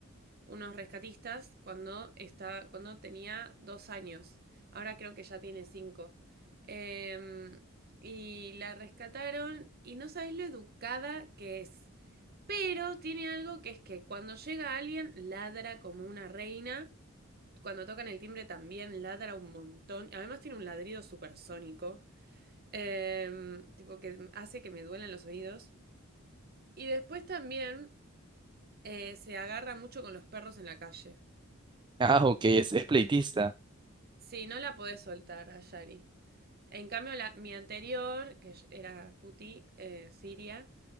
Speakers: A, on the right; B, on the right.
A: unos rescatistas cuando, estaba, cuando tenía dos años. Ahora creo que ya tiene cinco. Em, y la rescataron y no sabes lo educada que es. Pero tiene algo que es que cuando llega alguien ladra como una reina. Cuando tocan el timbre también ladra un montón. Además tiene un ladrido supersónico. em, tipo que hace que me duelan los oídos. Y después también eh, se agarra mucho con los perros en la calle.
B: Ah, ok, es, es pleitista.
A: Sí, no la podés soltar a Yari. En cambio, la, mi anterior, que era Puti, eh, Siria,